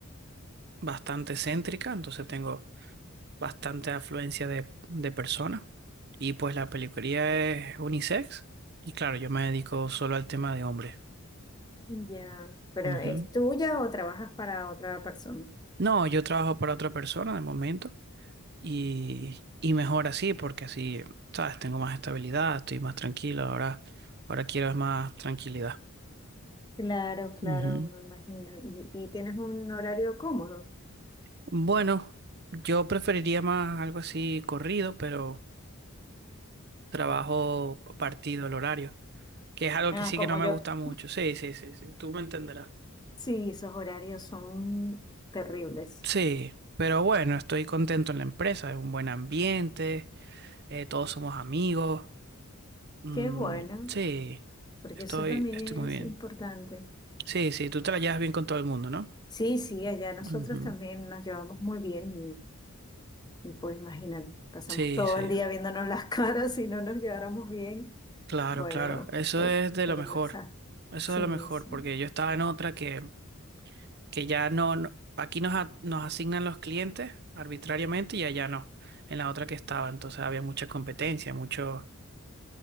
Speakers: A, on the right (about 45°); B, on the left (about 20°).
A: bastante céntrica, entonces tengo bastante afluencia de, de personas. Y pues la peluquería es unisex, y claro, yo me dedico solo al tema de hombres.
B: Ya, pero
A: Ujú.
B: ¿es tuya o trabajas para otra persona?
A: No, yo trabajo para otra persona de momento. Y, y mejor así, porque así, ¿sabes? Tengo más estabilidad, estoy más tranquilo, ahora, ahora quiero es más tranquilidad.
B: Claro, claro,
A: Ujú.
B: me imagino. ¿Y, y tienes un horario cómodo?
A: Bueno, yo preferiría más algo así corrido, pero trabajo partido el horario, que es algo
B: Ah,
A: que sí
B: como
A: que no
B: yo.
A: me gusta mucho. Sí, sí, sí, sí, tú me entenderás.
B: Sí, esos horarios son terribles.
A: Sí, pero bueno, estoy contento en la empresa, es un buen ambiente, eh, todos somos amigos. Mm,
B: Qué bueno,
A: sí,
B: porque
A: estoy,
B: eso también
A: estoy muy
B: es
A: bien.
B: importante.
A: Sí, sí, tú te la llevas bien con todo el mundo, ¿no?
B: Sí, sí, allá nosotros
A: Ujú.
B: también nos llevamos muy bien Y pues imagínate, pasamos
A: Sí,
B: todo
A: sí,
B: el día viéndonos las <laughs> caras si no nos lleváramos bien.
A: claro,
B: Bueno,
A: claro. Eso
B: pues
A: es de
B: fueron
A: lo mejor.
B: de esa.
A: Eso
B: Sí,
A: es de lo mejor,
B: sí.
A: porque yo estaba en otra que, que ya no, no- aquí nos, a- nos asignan los clientes arbitrariamente y allá no, en la otra que estaba. Entonces había mucha competencia, mucho...